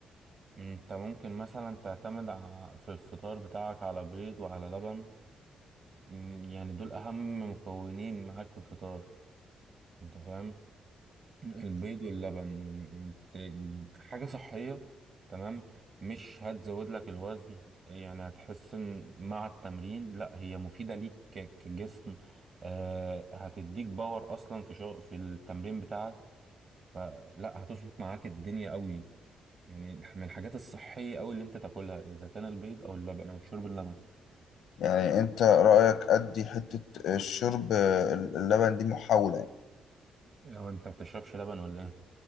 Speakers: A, on the right; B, on the left.
A: انت ممكن مثلا تعتمد ع- في الفطار بتاعك على بيض وعلى لبن مم، يعني دول اهم مكونين معاك في الفطار انت فاهم البيض واللبن يعني انت- حاجة صحية تمام مش هتزود لك الوزن يعني هتحس ان مع التمرين لا هي مفيدة ليك ك- كجسم آه هتديك باور اصلا في شغل في التمرين بتاعك فلا هتظبط معاك الدنيا قوي يعني من الحاجات الصحية قوي اللي انت تاكلها اذا كان البيض او اللبن او شرب اللبن
B: يعني انت رأيك ادي حتة الشرب اللبن دي محاولة يعني.
A: هو انت ما بتشربش لبن ولا ايه